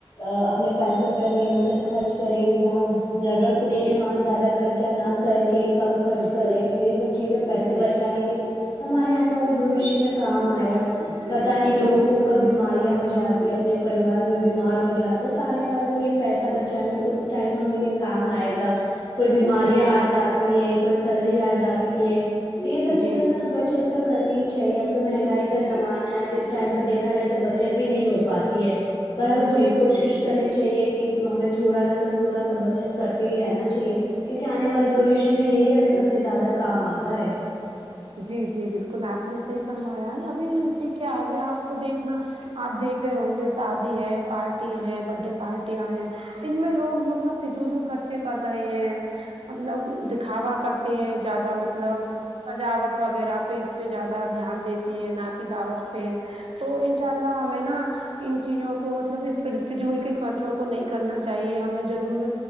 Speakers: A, on the left (about 65°); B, on the right (about 75°).
A: اپنے پیسوں پے ہی خرچ کریں گے جہاں ضرورت
B: جی
A: نہیں ہے وہاں زیادہ خرچہ نہ کرے کہ کم خرچ
B: جی
A: کریں گے تو یہ سب چیزیں پیسے
B: جی
A: بچائیں گے ہمارے آنے والے بھاوشیہ میں کام ائے گا
B: جی
A: پتا نہیں لوگوں
B: جی
A: کو کب بیماریاں ہو جاتی اپنے پریوار میں بیمار ہو جاتے تو آنے والے میں یہ پ بچائیں گے تو اس ٹائم پہ ہمیں یہ کام آئے گا کوئی بیماریاں
B: جی
A: آ جاتی ہے کوئی ترلی آ جاتی ہے تو یہ سب
B: جی
A: چیزوں سے ہمیں بچت تو کرنی ہی چاہیے تو مہنگائی
B: جی
A: کا زمانہ ہے تو اس ٹائم کا دیکھا
B: جی
A: جائے تو بچت بھی نہیں ہو پاتی ہے پر ہمیں
B: جی
A: پوری کوشش
B: جی جی
A: کرنی چاہیے کہ ہمیں تھوڑا نا تو تھوڑا بچت کرتے ہی رہنا چاہیے کیونکہ آنے والے بھاوشیہ میں یہی ہمیں سب سے زیادہ کام آتا ہے
B: جی جی بالکل آپ نے صحیح فرمایا ہے ابھی اسی کے اگے آپ کو دیکھنا آپ دیکھ رہے ہوں گے شادی ہے پارٹی ہے برت ڈے پارٹیاں ہیں ان میں لوگ مطلب فضولو خرچے کر رہے ہیں مطلب دکھاوا کر تے ہیں زیادہ مطلب دعوت وغیرہ پہ اس پہ زیادہ دھیان دیتے ہیں نہ کہ دعوت پہ تو انشاء اللہ ہمیں نا ان چیزوں کو مطلب ف فضول کے خرچوں کو نہیں کرنا چاہیے ہمیں ضرور